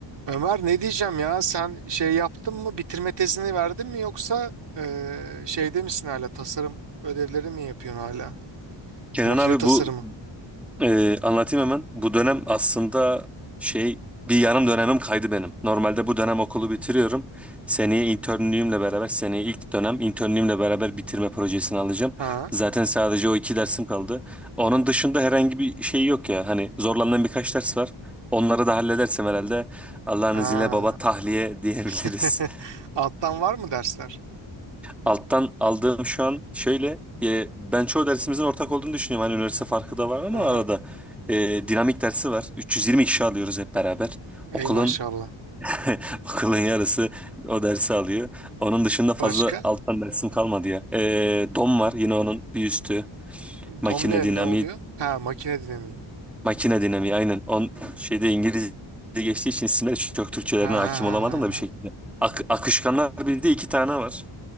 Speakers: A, on the right (about 65°); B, in the centre.
A: Ömer ne diyeceğim ya sen şey yaptın mı bitirme tezini verdin mi yoksa eee şeyde misin hala tasarım ödevleri mi yapıyorsun hala?
B: Kenan
A: Makine
B: abi
A: tasarımı.
B: bu e, anlatayım hemen. Bu dönem aslında şey bir yarım dönemim kaydı benim. Normalde bu dönem okulu bitiriyorum. Seneye internliğimle beraber seneye ilk dönem internliğimle beraber bitirme projesini alacağım.
A: Ha?
B: Zaten sadece o iki dersim kaldı. Onun dışında herhangi bir şey yok ya. Hani zorlandığım birkaç ders var. Onları da halledersem herhalde Allah'ın
A: Ha.
B: izniyle baba tahliye diyebiliriz.
A: <laughs> Alttan var mı dersler?
B: Alttan aldığım şu an şöyle e, ben çoğu dersimizin ortak olduğunu düşünüyorum. Hani üniversite farkı da var ama
A: Aha.
B: arada e, dinamik dersi var. 320 kişi alıyoruz hep beraber.
A: Ey
B: Okulun
A: maşallah.
B: <laughs> okulun yarısı o dersi alıyor. Onun dışında fazla
A: Başka?
B: alttan dersim kalmadı ya. E, dom var yine onun bir üstü. Makine
A: Domine
B: dinamiği
A: ne oluyor? Ha makine dinamiği.
B: makine dinamiği aynen. On şeyde İngilizce geçtiği için isimleri çok Türkçelerine
A: Ha
B: hakim
A: ha ha
B: olamadım
A: ha.
B: da bir şekilde.
A: ha.
B: Ak- akışkanlar bildiği iki tane var.